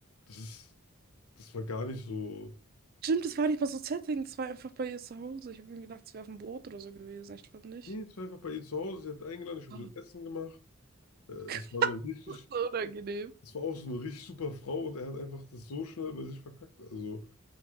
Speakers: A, on the left (about 80°); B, on the right (about 40°).
A: Das ist, das war gar nicht so.
B: Stimmt, das war nicht mal so ein Setting. Das war einfach bei ihr zu Hause. Ich habe mir gedacht, sie wäre auf dem Boot oder so gewesen. Ich glaube nicht.
A: Nee, es war einfach bei ihr zu Hause. Sie hat eingeladen, ich habe
B: Oh,
A: so Essen gemacht. Äh,
B: Gott,
A: Es war eine richtig,
B: <laughs> so unangenehm.
A: es war auch so eine richtig super Frau und er hat einfach das so schnell bei sich verkackt. Also,